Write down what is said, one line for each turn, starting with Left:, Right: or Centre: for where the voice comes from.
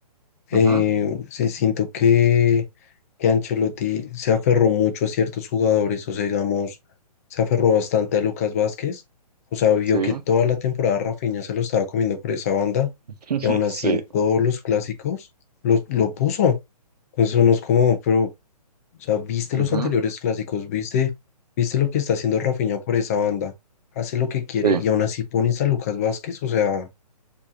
Left: Eh,
Right: Ujú.
Left: sí, siento que, que Ancelotti se aferró mucho a ciertos jugadores, o sea, digamos, se aferró bastante a Lucas Vázquez, o sea, vio
Right: Sí,
Left: que toda la temporada Rafinha se lo estaba comiendo por esa banda
Right: <laughs>
Left: y aún así
Right: sí,
Left: en todos los clásicos lo, lo puso. Entonces uno es como, pero, o sea, viste
Right: ujú,
Left: los anteriores clásicos, viste, viste lo que está haciendo Rafinha por esa banda, hace lo que quiere
Right: sí,
Left: y aún así pones a Lucas Vázquez, o sea,